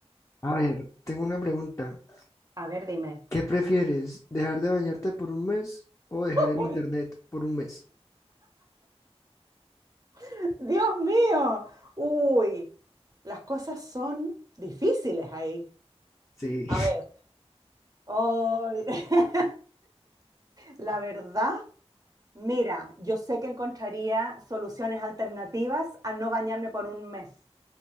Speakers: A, on the left; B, on the right.
A: A ver, tengo una pregunta.
B: A ver, dime.
A: ¿Qué prefieres, dejar de bañarte por un mes o dejar el
B: Bueno,
A: internet por un mes?
B: <laughs> Dios mío, uy, las cosas son difíciles ahí.
A: Sí.
B: A ver, hoy, <laughs> la verdad Mira, yo sé que encontraría soluciones alternativas a no bañarme por un mes.